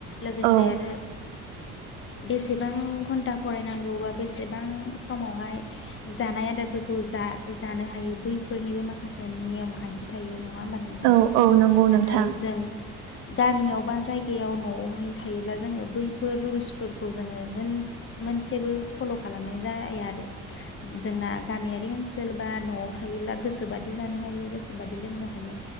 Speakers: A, on the left; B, on the right.
A: लोगोसे
B: औ
A: आरो बेसेबां घन्टा फरायनांगौ बा बेसेबां समावहाय जानाय आदारफोरखौ जानो हायो बैफोरनिबो माखासे नेयम खान्थि थायो। नङा होमबा नोंथां
B: औ औ नंगौ
A: नाथाय
B: नोंथां
A: जों गामियाव बा जायगायाव न'आवहाय थायोब्ला जोङो बैफोर रुल्सफोरखौ जोङो मोन मोनसेबो फल' खालामनाय जाया आरो जोंना गामियारि ओनसोल बा न'आव थायोब्ला गोसोबादि जानो हायो गोसोबादि लोंनो हायो।